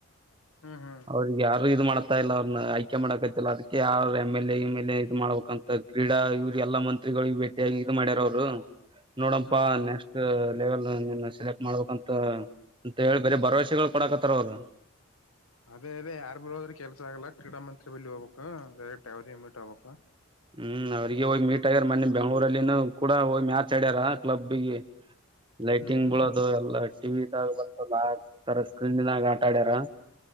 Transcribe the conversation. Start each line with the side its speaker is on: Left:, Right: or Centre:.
Left: ಹ್ಮ್ ಹ್ಮ್ ಹ್ಮ್
Right: ಅವ್ರಿಗೆ ಯಾರು ಇದು ಮಾಡತ ಇಲ್ಲ ಅವ್ರನ್ನ ಆಯ್ಕೆ ಮಾಡಕತ್ತಲ್ಲ ಅದಕ್ಕೆ ಯಾರ M L M L A ಇದು ಮಾಡ್ಬೇಕಂತ ಕ್ರೀಡಾ ಇವ್ರ ಎಲ್ಲ ಮಂತ್ರಿ ಭೇಟಿಗಿ ಇದು ಮಾಡ್ಯಾರ ಅವ್ರು ನೋಡಪಾ
Left: ಹ್ಮ್ ಹ್ಮ್
Right: ನೆಕ್ಸ್ಟ್ ಲೆವೆಲ್ ಸೆಲೆಕ್ಟ್ ಮಾಡ್ಬೇಕಂತ ಅಂತ ಹೇಳಿ ಬರ ಭರವಸೆಗಳು ಕೊಡಕತ್ತಾರ ಅವ್ರು
Left: ಅದೇ ಅದ ಯಾರ್ ಬ ಹೋದ್ರರು ಕೆಲ್ಸ ಆಗಲ್ಲ ಕ್ರಡಾ ಮಂತ್ರಿ ಬಿ ಹೋಗಬೇಕು ಡೈರೆಕ್ಟ್ ಅವರೇ ಮೀಟ್ ಆಗ್ಬೇಕು
Right: ಹ್ಮ್ ಅವ್ರಿಗೆ ಹೋಗಿ ಮೀಟ್ ಆಗ್ಯಾರ ಮೊನ್ನೆ ಬೆಂಗಳೂರಲ್ಲಿ ಕೂಡ ಹೋಗಿ ಮ್ಯಾಚ್ ಆಡ್ಯಾರ ಕ್ಲಬ್ಗ ಲೈಟಿಂಗ್
Left: ಹ್ಮ್ ಹ್ಮ್
Right: ಬಳೋದು ಎಲ್ಲ ಟಿವಿದಾಗ ಬರ್ತದ ಆರ ಸ್ಕ್ರೀನ್ನಾಗ ಆ ಮಾಡ್ಯಾರ